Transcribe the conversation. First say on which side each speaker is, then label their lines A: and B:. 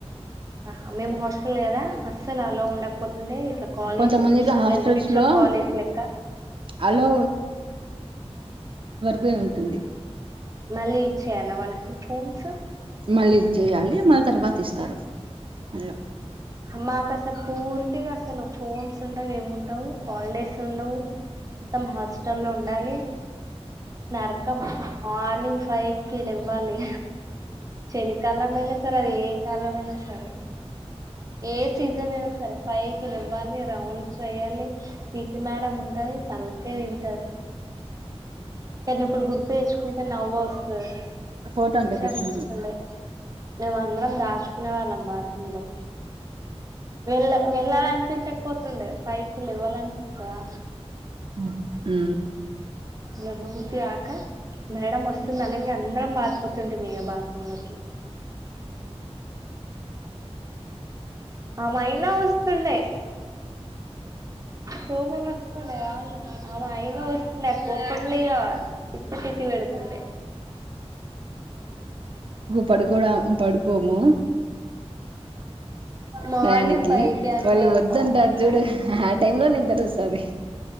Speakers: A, on the right; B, on the right.
A: ఆహ మేము హాస్ లేదా అస్సల్ అల్లో ఉండక్పోతుండే ఇట్ల కాలేజ్
B: కొంతమందికి హాస్టల్స్
A: రెసిడెన్షియల్
B: లో
A: కాలేజ్ లెక్క
B: అలో కే ఉంటుంది.
A: మళ్ళీ ఇచ్చేయాలా వాళ్ళకి ఫోన్స్
B: మళ్ళీ ఇచ్చేయాలి. మళ్ళీ తర్వాత ఇస్తారు మళ్ళ
A: మాక్ అసల్ పూర్తిగా అసలు ఫోన్స్ ఉండవు ఏం ఉండవు హాలిడేస్ ఉండవు. మొత్తం హాస్టల్లో ఉండాలి నర్కం ర్నింగ్ ఫైకే లె లెవ్వాలి. చలికాలమైనా సరే అది ఏ కాలమైనా సరే ఏ సీజన్ అ సరే ఫైవ్కి లెవ్వాలే రౌండ్స్ వేయాలి పీటి మేడం ఉంటది తలకాయ్ తింటది. కాని ఇప్పుడు గుర్తు తెచ్చుకుంటే నవ్వొస్ స
B: ఫోటో
A: మంచిగా
B: అంతా పెట్టండి
A: అనిపిస్తుండే మేం అందరం దాచుకునే వాళ్ళం బాత్రూమ్లో వెళ్ళ వెళ్ళాలం పించక్ పోతుండే ఫైవ్ కి లేవ్వాలన్పిస్తదా
B: మ్
A: లెవ్వబుద్ధి కాక మేడం వస్తుంది అనంగ అందరం మారిపోతుంటిమ్ ఇగ బాత్ రూమ్లోకి ఆమైనా వస్తుండే కోపం వస్తుండే ఆ ఆమె అయిన వస్తుండే కోప <unintelligible> పెడ్తుండే
B: పడుకోడాం పడు కోము
A: మార్నింగ్
B: భయానికి
A: ఫైవ్ కి అంతే
B: వాళ్ళు వద్దంటారు
A: అబ్బా లెవ్వాలి
B: జుడు ఆ టైంలో నిద్రొస్తాది.